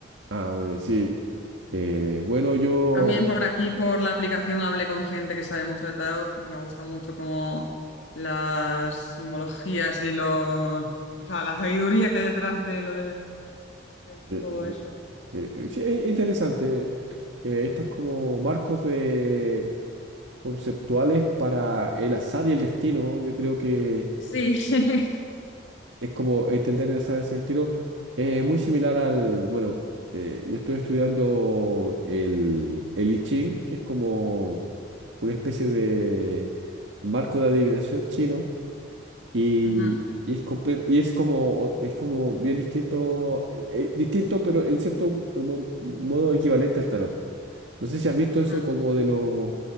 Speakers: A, on the right; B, on the left.
A: ah, muy bien, sí. Eh, bueno, yo...
B: También por aquí, por la aplicación, hablé con gente que sabe mucho de tarot y me gusta mucho como las simbologías y los, o sea, la sabiduría que hay detrás de lo de, de
A: eh,
B: todo eso.
A: eh, eh, eh, sí, es interesante. Eh, estos como marcos de conceptuales para el azar y el destino. Yo creo que
B: Sí, <laughs> sí.
A: es como entender el azar y el destino. eh, Es muy similar al... Bueno, eh, yo estoy estudiando el, el I Ching, que es como una especie de marco de adivinación chino y,
B: Ujú,
A: y es completo y es como es como bien distinto eh, eh, distinto pero en cierto mo- modo equivalente al tarot. No sé si has visto
B: ujú.
A: eso como de los